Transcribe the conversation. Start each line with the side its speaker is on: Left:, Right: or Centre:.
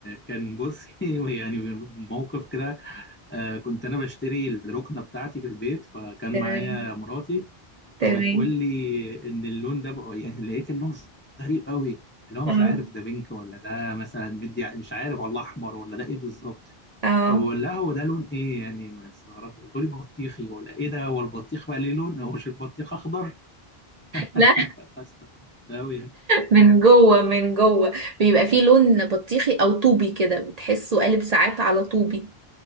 Left: كان بصي <laughs> يعني موقف كده آه، كنت انا بشتري الركنه بتاعتي في البيت فكان معايا
Right: تمام
Left: مراتي
Right: تمام
Left: فبتقول لي ان اللون ده بقى يعني لقيت اللون غريب قوي اللي هو مش
Right: اه
Left: عارف ده بينك ولا ده مثلا مدي مش عارف ولا احمر ولا ده ايه بالظبط
Right: اه
Left: فبقول لها هو ده لون ايه يعني ما استغربت بتقول لي بطيخي ولا ايه ده هو البطيخ بقى ليه لون <laughs> هو مش البطيخ اخضر
Right: لا
Left: <laughs> فاستغربت قوي اه
Right: من جوه من جوه بيبقى فيه لون بطيخي او طوبي كده بتحسه قالب ساعات على طوبي